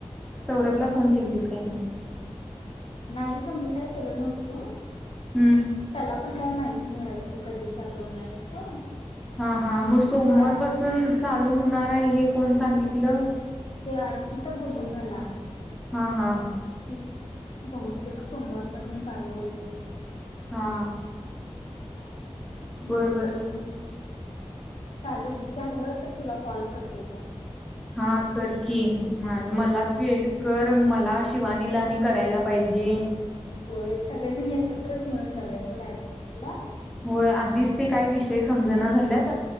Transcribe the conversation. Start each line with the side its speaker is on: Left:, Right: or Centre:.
Centre: सौरभला फोन केलतीस काय नई
Left: नाही ग मी काय केलो नव्हतो.
Centre: हम्म.
Left: त्याला पण काय माहित <unintelligible> अडतं कधी चालू होणार आहे ते
Centre: हा हा म सोमवार
Left: पण आ-
Centre: पासून चालू होणार काय हे कोण सांगितलं?
Left: ते अर्पिता बोलली मला
Centre: हा, हा
Left: की स- बहुतेक सोमवारपासून चालू होईल म्हणून
Centre: हा
Left: <inaudible>
Centre: बर
Left: मग
Centre: बर.
Left: बगु चालू झालं तर तुला कॉल करते घे
Centre: हा कर की. म मला के कर मला शिवानीला आणि करायला पाहिजे
Left: होय सगळेजण एकत्रच मिळून जाऊया सोडा ऍडमिशन ला
Centre: होय आधीच ते काय विषय समजना झाल्यात